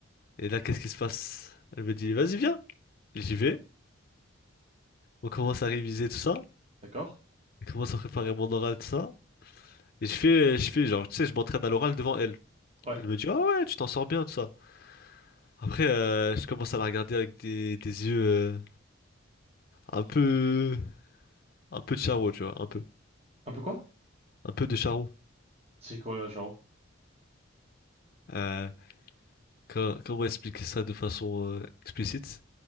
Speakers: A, on the left; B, on the right.
A: Et là, qu'est-ce qui se passe? Elle me dit, vas-y, viens. J'y vais. On commence à réviser tout ça.
B: D'accord.
A: Je commence à préparer mon oral, tout ça. Et je fais, je fais, genre, tu sais, je m'entraîne à l'oral devant elle.
B: Ouais.
A: Elle me dit, ah ouais, tu t'en sors bien, tout ça. Après, euh, je commence à la regarder avec des, des yeux euh, un peu, un peu de charo, tu vois, un peu,
B: Un peu quoi?
A: un peu de charo.
B: C'est quoi, euh, Charo?
A: Euh, quand- comment expliquer ça de façon euh, explicite?